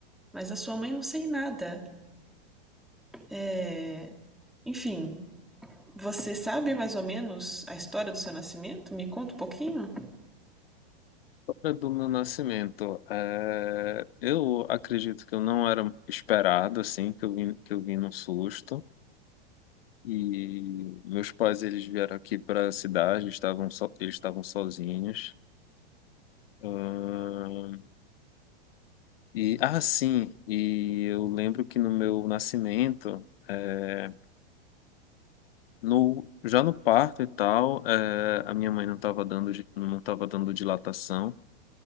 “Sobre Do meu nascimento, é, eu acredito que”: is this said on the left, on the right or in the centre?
Left